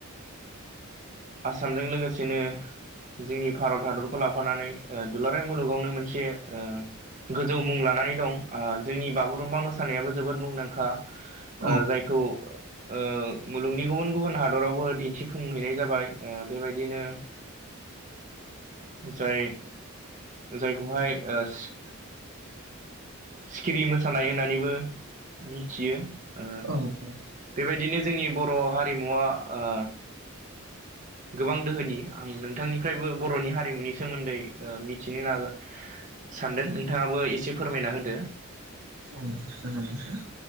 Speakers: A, on the right (about 35°); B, on the right (about 80°).
A: आसामजों लोगोसेनो जोंनि भारत हादरखौ लाफानानै ओ दुलाराय मुलुगावनो मोनसे ओ गोजौ मुं लानानै दं आ जोंनि बागुरुमबा मोसानायाबो जोबोद मुंदांखा
B: औ
A: ओ जायखौ ओ मुलुगनि गुबुन गुबुन हादरावबो दिन न्थिफुंहैनाय जाबाय ओ बेबायदिनो जाय जायखौहाय ओ सि सिखिरि मोसानाय होननानैबो मिथियो। ओ
B: जागोन
A: बेबायदिनो जोंनि बर' हारिमुवा ओ गोबां दोहोनि आं नोंथांनिफ्रायबो बर'नि हारिमुनि सोमोन्दै ओ मिथिनो नाजा सानदों नोंथाङाबो एसे फोरमायना होदो
B: औ जागोन नोंथां